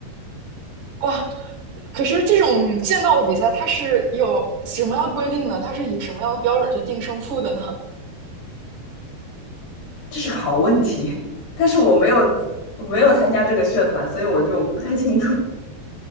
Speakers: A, on the right; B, on the left.
A: 哇，可是这种剑道的比赛，它是有什么样的规定呢？它是以什么样的标准去定胜负的呢？
B: 这是个好问题，<laughs> 但是我没有我没有参加这个社团，所以我就不太清楚。<laughs>